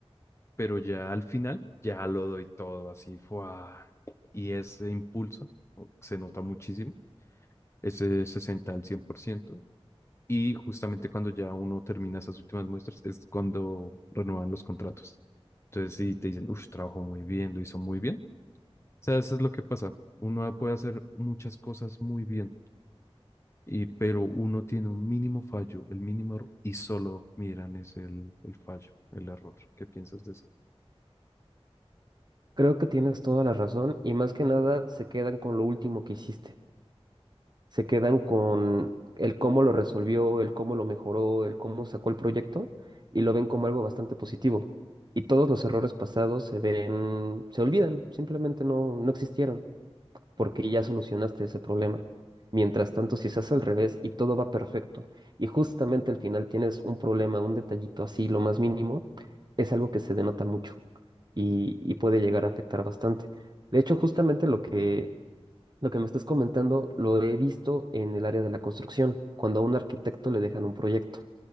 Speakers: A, on the left; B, on the right.
A: pero ya al final ya lo doy todo así, ¡fua! Y ese impulso o- se nota muchísimo, ese 60 al cien por ciento Y justamente cuando ya uno termina esas últimas muestras es cuando renuevan los contratos. Entonces, si te dicen, uff, trabajó muy bien, lo hizo muy bien, sea, eso es lo que pasa. Uno puede hacer muchas cosas muy bien, y, pero uno tiene un mínimo fallo, el mínimo error, y solo miran es el, el fallo, el error. ¿Qué piensas de eso?
B: Creo que tienes toda la razón y más que nada se quedan con lo último que hiciste. Se quedan con el cómo lo resolvió, el cómo lo mejoró, el cómo sacó el proyecto y lo ven como algo bastante positivo. Y todos los errores pasados se ven, se olvidan, simplemente no, no existieron porque ya solucionaste ese problema. Mientras tanto, si se hace al revés y todo va perfecto y justamente al final tienes un problema, un detallito así, lo más mínimo, es algo que se denota mucho y, y puede llegar a afectar bastante. De hecho, justamente lo que, lo que me estás comentando lo he visto en el área de la construcción, cuando a un arquitecto le dejan un proyecto.